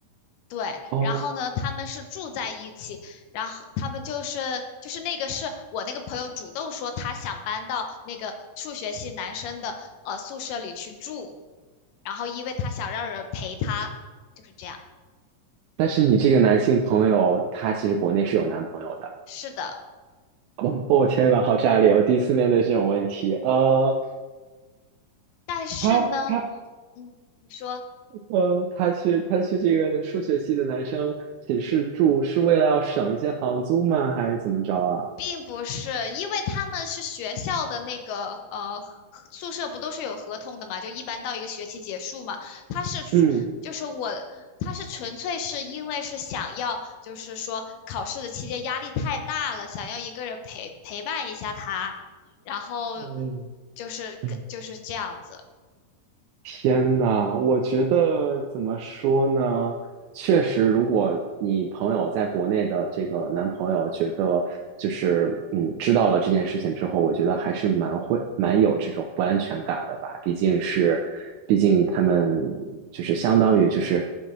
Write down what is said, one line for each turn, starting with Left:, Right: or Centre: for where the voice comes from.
Left: 对，
Right: 哦，
Left: 然后呢，他们是住在一起，然后他们就是就是那个是我那个朋友主动说他想搬到那个数学系男生的呃宿舍里去住，然后因为他想让人陪他，就是这样，
Right: 但是你这个男性朋友他其实国内是有男朋友的。
Left: 是的，
Right: 哦，我天呐，好炸裂！我第一次面对这种问题。呃，
Left: 但是呢，
Right: 他他
Left: 嗯，你说。
Right: 呃，他去他去这个数学系的男生寝室住，是为了要省一些房租吗？还是怎么着啊？
Left: 并不是，因为他们是学校的那个呃宿舍，不都是有合同的嘛？就一般到一个学期结束嘛，他是
Right: 嗯，
Left: 就是我，他是纯粹是因为是想要，就是说考试的期间压力太大了，想要一个人陪陪伴一下他，然后
Right: 嗯
Left: 就是跟就是这样子，
Right: 嗯，天呐，我觉得怎么说呢？确实，如果你朋友在国内的这个男朋友觉得就是嗯知道了这件事情之后，我觉得还是蛮会蛮有这种不安全感的吧。毕竟是，毕竟他们就是相当于就是。